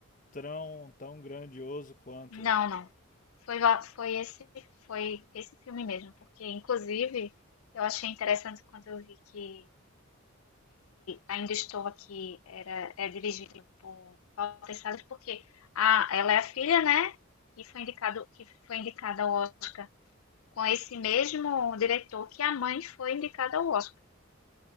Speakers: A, on the left; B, on the left.
A: tão, tão grandioso quanto?
B: Não, não. Foi, lá- foi esse, foi esse filme mesmo, porque inclusive eu achei interessante quando eu vi que Ainda Estou Aqui era, é dirigido por Paula Teixeira, porque a, ela é a filha, né? Que foi, indicado, que foi indicada ao Oscar com esse mesmo diretor que a mãe foi indicada ao Oscar.